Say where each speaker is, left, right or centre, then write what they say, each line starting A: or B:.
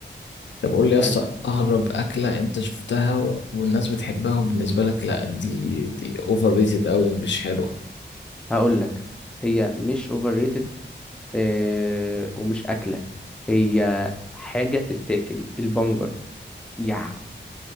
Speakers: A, on the left; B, in the centre.
A: طب قول لي يا
B: فاهم
A: اسطى اغرب اكله انت شفتها و... والناس بتحبها وبالنسبه لك لا دي دي اوفر ريتد قوي مش حلوه
B: هقول لك هي مش اوفر ريتد آه ومش اكلة هي حاجة بتتاكل البنجر يا